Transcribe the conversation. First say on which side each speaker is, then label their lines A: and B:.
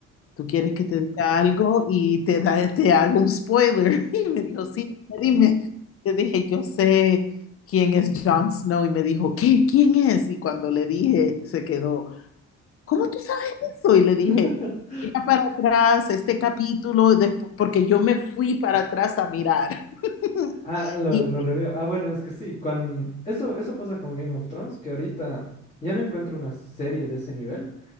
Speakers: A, on the left; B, on the left.
A: tú quieres que te diga algo y te, da, te hago un spoiler. <laughs> Y me dijo, sí, dime. Le dije, yo sé quién es Jon Snow. Y me dijo, ¿qué? ¿Quién es? Y cuando le dije, se quedó, ¿cómo tú sabes eso? Y le dije,
B: <laughs>
A: mira para atrás este capítulo, de- porque yo me fui para atrás a mirar. <laughs>
B: Ah, lo,
A: Y
B: lo revió. Ah, bueno, es que sí, con... eso, eso pasa con Game of Thrones, que ahorita ya no encuentro una serie de ese nivel.